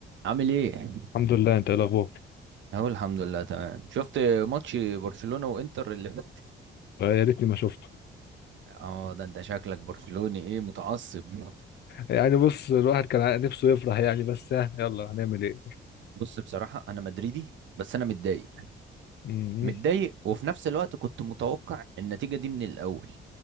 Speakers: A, on the right; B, on the left.
A: عامل ايه؟
B: الحمد لله انت ايه الاخبار
A: اهو الحمد لله تمام شفت ماتش برشلونة وانتر اللي فات
B: آه، يا ريتني ما شفته
A: اه ده انت شكلك برشلوني ايه متعصب
B: يعني بص الواحد كان ع- نفسه يفرح يعني بس ها يلا هنعمل ايه
A: بص بصراحة انا مدريدي بس انا متضايق
B: م-
A: متضايق وفي نفس الوقت كنت متوقع النتيجة دي من الاول